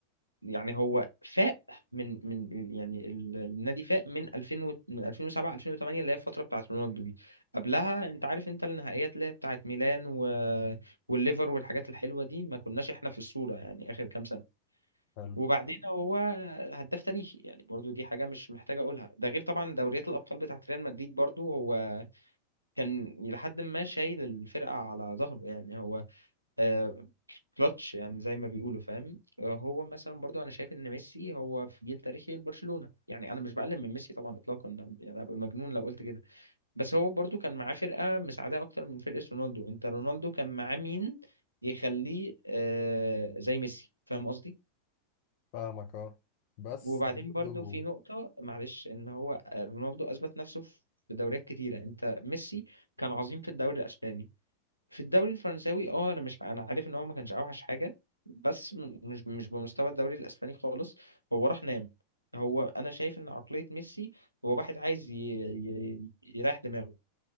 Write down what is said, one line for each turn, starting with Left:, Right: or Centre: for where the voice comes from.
Right: يعني هو فاق من من يعني ال- النادي فاق من 2000 و- من 2007 2008 اللي هي الفتره بتاعت رونالدو دي قبلها انت عارف انت النهائيات اللي هي بتاعت ميلان و... والليفر والحاجات الحلوه دي ما كناش احنا في الصوره يعني اخر كام سنه
Left: حلو
Right: وبعدين هو هداف تاريخي يعني برضو دي حاجه مش محتاج اقولها ده غير طبعا دوريات الابطال بتاعت ريال مدريد برضو هو كان لحد ما شايل الفرقه على ظهره يعني هو آه، كلتش يعني زي ما بيقولوا فاهم آه، هو مثلا برضو انا شايف ان ميسي هو في جيل تاريخي لبرشلونة يعني انا مش بقلل من ميسي طبعا اطلاقا ده- يعني ابقى مجنون لو قلت كده بس هو برضو كان معاه فرقة مساعداه اكتر من فرقة رونالدو انت رونالدو كان معاه مين يخليه آه زي ميسي فاهم قصدي
Left: فاهمك اه بس
Right: وبعدين
Left: برضه
Right: برضو في نقطة معلش ان هو آه، رونالدو اثبت نفسه في دوريات كتيرة انت ميسي كان عظيم في الدوري الاسباني في الدوري الفرنساوي اه انا مش انا عارف ان هو ما كانش اوحش حاجه بس م- مش مش بمستوى الدوري الاسباني خالص هو راح نام هو انا شايف ان عقليه ميسي هو واحد عايز ي... ي... يريح دماغه